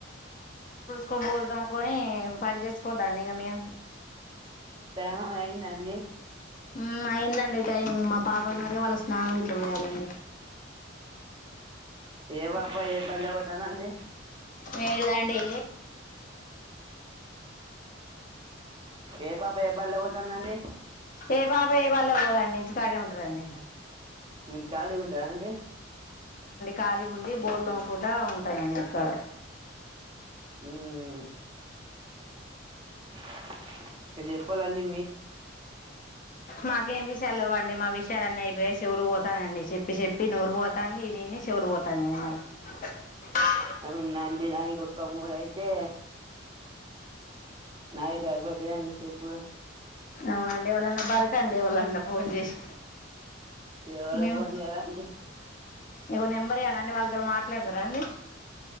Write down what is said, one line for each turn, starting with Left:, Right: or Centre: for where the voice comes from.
Left: కో బోలుదోంకొని పని చేసుకోద్దాండి ఇగ మేం
Right: టైం అయిందండి
Left: ఉమ్ అయిందండి టైం మా పాపలున్నార <unintelligible> వాళ్ళ స్నానం గీట్లా పోయాలండి
Right: ఆ ఏ పాప ఏ బడిలో పోతానండి
Left: లేదండి
Right: ఏ పాప ఏ బడిలో పోతానండి
Left: ఏ పాప ఏ బడ్లకి పొదండి ఇంటి కాడే ఉంటది అండి
Right: నిన్ ఖాళీగా ఉంటానా అండి
Left: కాలిగుండి బోల్డోముకుంట ఉంటనండి ఇంటికాడ
Right: ఉమ్ <unintelligible> అనీ
Left: మాకేం తీస్ తెలవండి మా విషయాలన్నీ అయిపోయాయి చెవులు పోతానాయ్ అండి చెప్పి చెప్పి నోరు పోతాంది ఇని ఇని చెవులు పోతాన్నాయ్ అవ్
Right: అవునండి నాయి ఇంకొక్క మూడైతే నాది ఇపుడు అయిపోతయ్ ఎంతసేపు
Left: అవునండి ఎవళన్నా బరకండి ఎవలన్నా ఫోన్ చేసి
Right: ఎవరో
Left: మేమ్
Right: ఫోన్ చేయాలండి
Left: ఇగో నెంబర్ ఇయ్యాలండి వాళ్ళతోని మాట్లాడతరా అండి